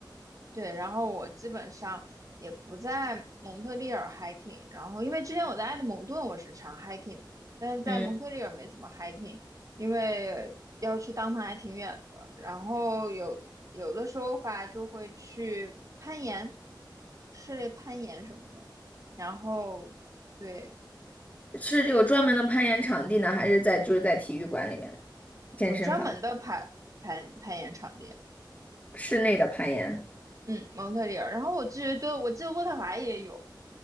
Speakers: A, on the right; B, on the left.
A: 对，然后我基本上也不在蒙特利尔 hiking，然后因为之前我在埃德蒙顿我是常 hiking，但是在蒙特利尔没怎么
B: 嗯，
A: hiking，因为要去当趟还挺远的，然后有有的时候吧就会去攀岩，室内攀岩什么的，然后对，
B: 是有专门的攀岩场地呢，还是在就是在体育馆里面健身房
A: 有专门的攀攀攀岩场地，
B: 室内的攀岩？
A: 嗯，蒙特利尔，然后我记得对，我记得渥太华也有，